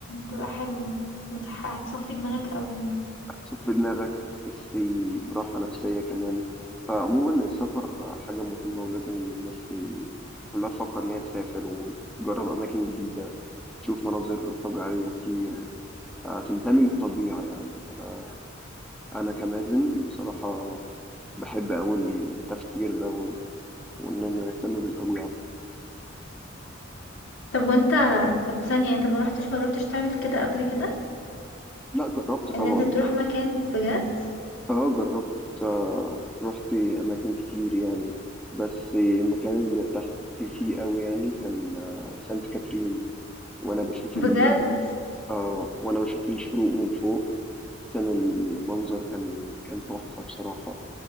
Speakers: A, on the left; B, in the centre.
A: تبقى حلوة وتح- هتصفي دماغك قوي
B: هتصفي في دماغك هتحسي براحة نفسية كمان فعموما السفر حاجة مهمة ولازم إن الناس ت- كلها تفكر إن هي تسافر وتجرب أماكن جديدة تشوف مناظر طبيعية كتير آه، تنتمي للطبيعة يعني أنا أنا كمازن بصراحة بحب أوي التفكير ده وإن إن أنا أهتم بالطبيعة
A: طب وانت طب ثانية انت ما رحتش ما جربتش تعمل كده قبل كده
B: لا جربت طبعا
A: ان انت تروح مكان بجد
B: اه جربت آه، رحت اماكن كتير يعني بس المكان اللي ارتحت فيه قوي يعني كان آه، سانت كاترين وانا بشوف
A: بجد
B: ال اه وانا بشوف الشروق من فوق كان المنظر كان كان تحفة بصراحة